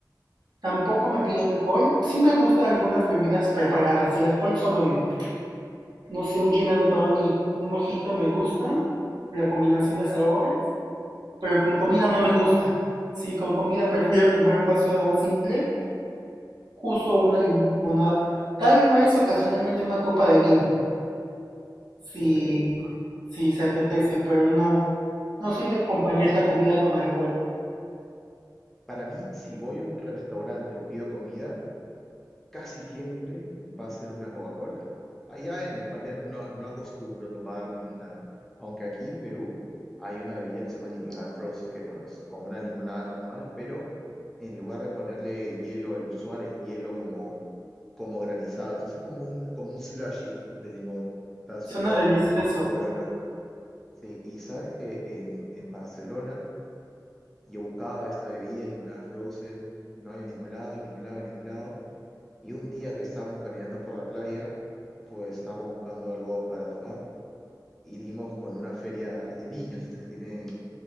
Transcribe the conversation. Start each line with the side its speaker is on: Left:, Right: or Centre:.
Right: Tampoco me pido alcohol. Sí me gusta algunas bebidas preparadas, el alcohol solo no. no sé, un gin and tonic, un mojito me gusta, la combinación de sabores, pero con comida no me gusta. Sí, con comida prefiero tomar un vaso de agua simple, justo una limonada. Tal vez ocasionalmente una copa de vino, si,
Centre: Ok.
Right: si se apetece, pero no. No soy de acompañar la comida con alcohol.
Centre: Para mí, si voy a un restaurante o pido comida, casi siempre va a ser una Coca-Cola. Allá en España no, no acostumbro tomar limonada, aunque aquí en Perú hay una bebida que se llama limonada frozen, que es bueno, es como una limonada normal, pero en lugar de ponerle hielo, el usual es hielo como, como granizado. Entonces es como un, como un slushy de limón. Está súper,
Right: Suena delicioso.
Centre: súper bueno. Sí, y sabes que en, en Barcelona yo buscaba esta bebida, limonada frozen, no hay en ningún lado, en ningún lado, en ningún lado. Y un día que estábamos caminando por la playa, pues estábamos buscando algo para tomar y dimos con una feria de niños, estas que tienen